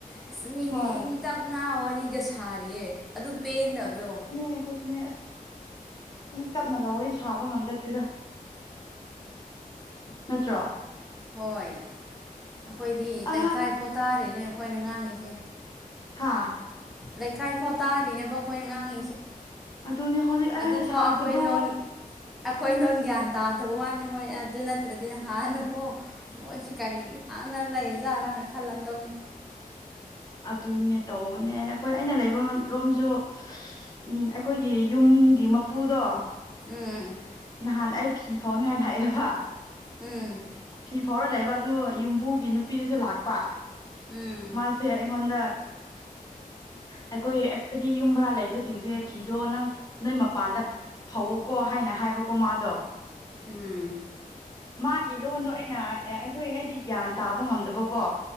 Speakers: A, in the centre; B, on the left.
A: ꯑꯁ ꯃꯤꯗꯤ
B: ꯍꯣꯏ
A: ꯏꯪ ꯇꯞꯅ ꯋꯥꯔꯤ ꯒ ꯁꯥꯔꯤꯌꯦ ꯑꯗꯨ ꯄꯦꯟꯗꯕꯗꯣ
B: ꯑꯩꯈꯣꯏꯁꯨꯅꯦ ꯑꯗꯨꯅꯦ ꯑꯁ ꯏꯪ ꯇꯞꯅꯒ ꯋꯥꯔꯤ ꯁꯥꯕ ꯉꯝꯖꯗꯦꯗ ꯅꯠꯇ꯭ꯔꯣ
A: ꯍꯣꯏ ꯑꯩꯈꯣꯏꯗꯤ
B: ꯑ
A: ꯂꯩꯀꯥꯏꯐꯥꯎ ꯇꯥꯔꯤꯅꯦ ꯑꯩꯈꯣꯏꯅ ꯉꯥꯡꯉꯤꯁꯦ
B: ꯍꯥꯥ
A: ꯂꯩꯀꯥꯏꯐꯥꯎ ꯇꯥꯔꯤꯅꯦꯕ ꯑꯩꯈꯣꯏꯅ ꯉꯥꯡꯉꯤꯁꯦ
B: ꯑꯗꯨꯅꯦ ꯍꯧꯖꯤꯛ ꯑꯩ
A: ꯑꯗꯨꯐꯥꯎ
B: ꯁꯥꯕꯗꯣ
A: ꯑꯩꯈꯣꯏ ꯂꯣꯟ ꯑꯩꯈꯣꯏ ꯂꯣꯟ ꯒ꯭ꯌꯥꯟ ꯇꯥꯗꯕ ꯋꯥꯅꯤ ꯃꯣꯏ ꯑꯗꯨ ꯅꯠꯇ꯭ꯔꯗꯤ ꯍꯥꯟꯅꯀꯣ ꯃꯣꯏꯁꯤ ꯀꯔꯤ ꯑꯥꯟꯅꯥ ꯂꯩꯖꯥꯔꯥꯅ ꯈꯜꯂꯝꯗꯧꯅꯤ
B: ꯑꯗꯨꯅꯦ ꯇꯧꯕꯅꯦ ꯑꯩꯈꯣꯏ ꯑꯩꯅ ꯂꯩꯕ ꯔꯣꯝꯁꯨ ꯎꯝ ꯑꯩꯈꯣꯏꯒꯤ ꯌꯨꯝꯒꯤ ꯒꯤ ꯃꯄꯨꯗꯣ
A: ꯎꯝ
B: ꯅꯍꯥꯟ ꯑꯩ ꯐꯤ ꯐꯥꯎꯅꯤꯡꯉꯥꯏ ꯂꯥꯛꯑꯦꯕ
A: ꯎꯝ
B: ꯐꯤ ꯐꯥꯎꯔ ꯂꯩꯕ ꯑꯗꯨ ꯌꯨꯝꯕꯨꯒꯤ ꯅꯨꯄꯤꯗꯨꯁꯨ ꯂꯥꯛꯄ
A: ꯎꯝ
B: ꯃꯥꯁꯦ ꯑꯩꯉꫭꯟꯗ ꯑꯩꯈꯣꯏ ꯑꯩꯈꯣꯏꯗꯤ ꯌꯨꯝꯕ‍꯭ꯔ ꯂꯩꯕꯁꯤꯡꯁꯦ ꯐꯤꯗꯣ ꯅꯪ ꯅꯣꯏ ꯃꯄꯥꯟꯗ ꯐꯧꯑꫭ ꯀꯣ ꯍꯥꯏꯅ ꯍꯥꯏꯕꯀꯣ ꯃꯥꯗꯣ
A: ꯎꯝ
B: ꯃꯥꯒꯤ ꯂꯣꯟꯗꯣ ꯑꯩꯅ ꯑꯩꯈꯣꯏ ꯑꯩꯗꯤ ꯒ꯭ꯌꯥꯟ ꯇꯥꯕ ꯉꯝꯗꯕꯀꯣ